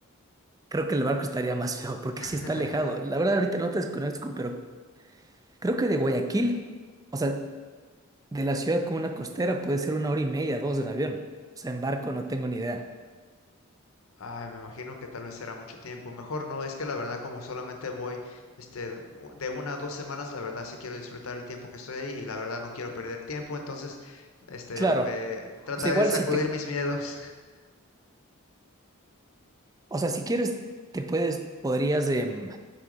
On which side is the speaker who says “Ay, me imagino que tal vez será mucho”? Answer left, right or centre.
Left